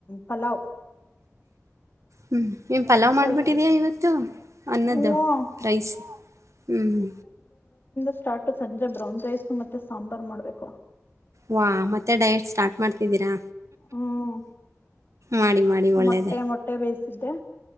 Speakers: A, on the left; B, on the right.
A: ಪಲಾವ್.
B: ಹ್ಮ್. ನೀನು ಪಲಾವ್ ಮಾಡಿಬಿಟ್ಟಿದಯಾ
A: ಪಲ್
B: ಇವತ್ತು ಅನ್ನದ್ದು
A: ಹ್ಮ
B: ರೈಸ್ ಹ್ಞೂ ಹ್ಞ.
A: ಸ್ಟಾರ್ಟು ಸಂಜೆ ಬ್ರೌನ್ ರೈಸ್ ಮತ್ತೆ ಸಾಂಬಾರ್ ಮಾಡ್ಬೇಕು.
B: ವಾ ಮತ್ತೆ ಡಯಟ್ ಸ್ಟಾರ್ಟ್ ಮಾಡ್ತಿದ್ದೀರಾ.
A: ಹ್ಮ್
B: ಮಾಡಿ, ಮಾಡಿ ಒಳ್ಳೇದೇ.
A: ಮೊಟ್ಟೆ ಮೊಟ್ಟೆ ಬೇಯಿಸಿದ್ದೆ